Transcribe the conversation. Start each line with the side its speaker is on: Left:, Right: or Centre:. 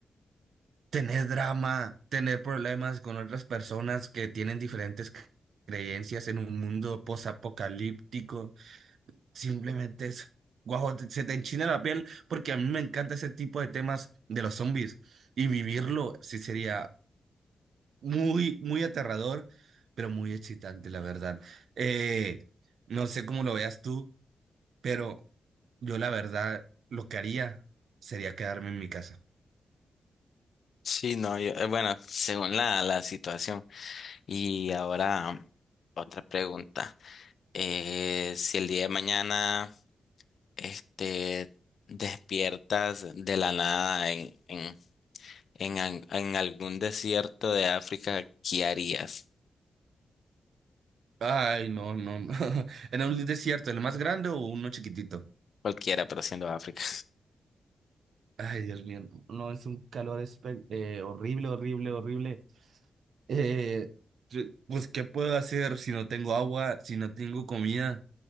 Right: tener drama, tener problemas con otras personas que tienen diferentes c- creencias en un mundo posapocalíptico, simplemente es, guau, te- se te enchina la piel porque a mí me encanta ese tipo de temas de los zombies y vivirlo sí sería muy, muy aterrador, pero muy excitante, la verdad. Eh, no sé cómo lo veas tú, pero yo la verdad lo que haría sería quedarme en mi casa.
Left: Sí, no, yo, eh, bueno, según la, la situación. Y ahora otra pregunta. Eh, si el día de mañana este, despiertas de la nada en, en, en, al- en algún desierto de África, ¿qué harías?
Right: Ay, no, no. no. <laughs> ¿Era un desierto, el más grande o uno chiquitito?
Left: Cualquiera, pero siendo África.
Right: Ay, Dios mío. No, no, es un calor espe- eh, horrible, horrible, horrible. Eh, yo- pues, ¿qué puedo hacer si no tengo agua, si no tengo comida?